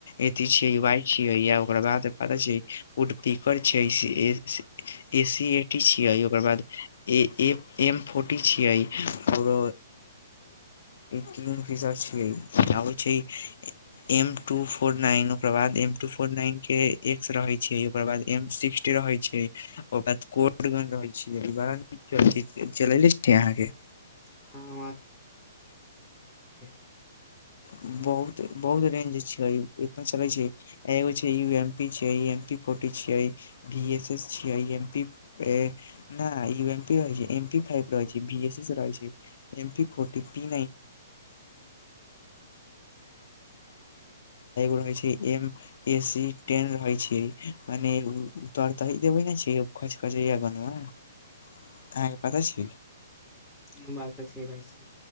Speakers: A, on the left; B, in the centre.
A: एथी छ य वाई छियै यऽ ओकर बाद पता छैये उड पीकर छै ए सी ए टी छियै ओकर बाद ए एम फोर्टी छिये आओर ई किंग फिशर छिय <unintelligible> छै एम टू फोर नाइन ओकर बाद एम टू फोर नाइन के एक्स रहे छै ओकर बाद एम सिक्स रहै छै ओ बाद कोटगज रहै छै बड़ा चले अहाँ के
B: हँ <unintelligible>
A: बहुत बहुत रेंज छै इतना चलै छै एगो छै यऽ एम पी छम पी फोर्टी छियी ए छिय आइ एम पी ए नेय यम पी रह एम पी फाइब रह एसस रह छै एम पी <unintelligible> और एगे रहे छै एम ए सी टेन रहै छै मने तर तरि देबै ने छै <unintelligible> अाँके पता छै
B: हँ बात तऽ छै भाइ छै